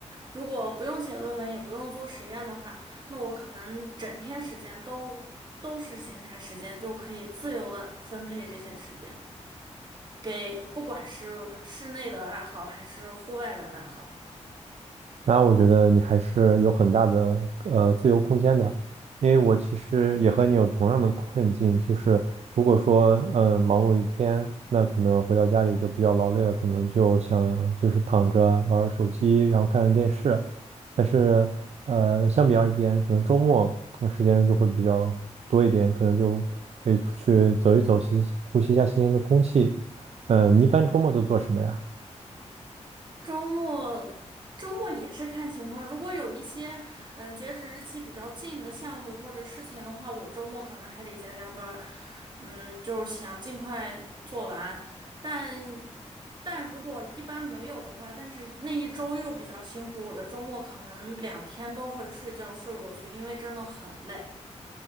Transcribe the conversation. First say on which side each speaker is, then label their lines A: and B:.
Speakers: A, on the right; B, on the right.
A: 如果不用写论文，也不用做实验的话，那我可能整天时间都都是闲暇时间，就可以自由的分配这些时间，给不管是室内的爱好还是户外的爱好。
B: 那我觉得你还是有很大的呃自由空间的，因为我其实也和你有同样的困境，就是如果说嗯、呃忙碌一天，那可能回到家里就比较劳累了，可能就想就是躺着玩玩手机，然后看看电视。但是呃相比而言，可能周末那时间就会比较多一点，可能就可以出去走一走，吸呼吸一下新鲜的空气。嗯、你一般周末都做什么呀？
A: 周末周末也是看情况，如果有一些嗯、呃截止日期比较近的项目或者事情的话，我周末可能还得加加班儿，嗯，就是想尽快做完。但但如果一般没有的话，但是那一周又比较辛苦，我的周末可能两天都会睡觉睡过去，因为真的很累。